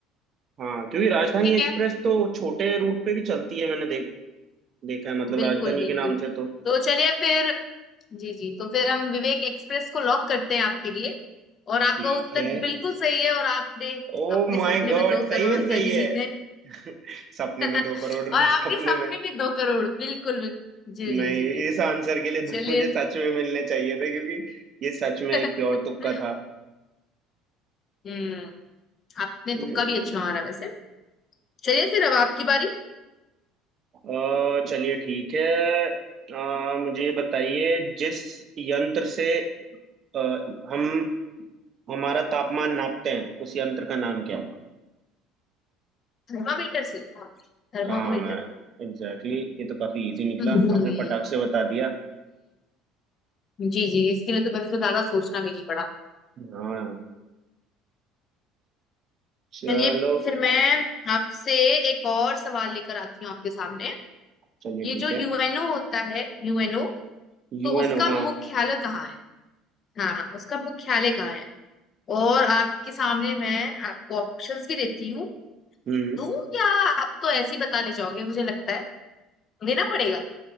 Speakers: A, on the right; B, on the left.
A: हाँ क्योंकि राजधानी
B: ठीक
A: एक्सप्रेस
B: है
A: तो छोटे रूट पे भी चलती है मैंने देख देखा है मतलब
B: बिल्कुल
A: राजधानी
B: बिल्कुल
A: के नाम से तो
B: तो चलिए फिर जी जी तो फिर हम विवेक एक्सप्रेस को लॉक करते हैं आपके लिए और आपका
A: ठीक
B: उत्तर
A: है
B: बिल्कुल सही है और आपने
A: ओ
B: अपने
A: माय
B: सपने
A: गॉड
B: में दो
A: सही
B: करोड़
A: में
B: रुपए
A: सही
B: भी
A: है
B: जीते
A: <laughs> सपने
B: <laughs>
A: में दो करोड़ रुपए
B: और आपके
A: सपने
B: सपने
A: में
B: में दो करोड़ बिल्कुल बिल- जी
A: नहीं
B: जी जी जी
A: इस आंसर के लिए
B: चलिए
A: तो मुझे सच में मिलने चाहिए थे क्योंकि ये सच में
B: <laughs>
A: एक प्योर तुक्का था
B: हम्म आपने तुक्का
A: हम्म,
B: भी अच्छा मारा वैसे चलिए फिर अब आपकी बारी
A: अ, चलिए ठीक है अ, मुझे बताइए जिस यंत्र से अ, हम हमारा तापमान नापते हैं उस यंत्र का नाम क्या है
B: थर्मामीटर से थर्मामीटर
A: हाँ एग्जैक्टली exactly, ये तो काफी इजी निकला
B: हम्म, हम्म,
A: आपने फटाक से बता दिया
B: जी जी इसके लिए तो मैंने को ज्यादा सोचना भी नहीं पड़ा
A: हाँ चलो
B: चलिए फिर मैं आपसे एक और सवाल लेकर आती हूँ आपके सामने
A: चलिए
B: ये
A: ठीक
B: जो यूएनओ
A: है
B: होता है यूएनओ तो
A: यूएनओ
B: उसका
A: हाँ
B: मुख्यालय कहाँ है हाँ हाँ उसका मुख्यालय कहाँ है और आपके सामने मैं आपको ऑप्शंस भी देती हूँ
A: हम्म
B: दूं या आप तो ऐसे ही बता ले जाओगे मुझे लगता है देना पड़ेगा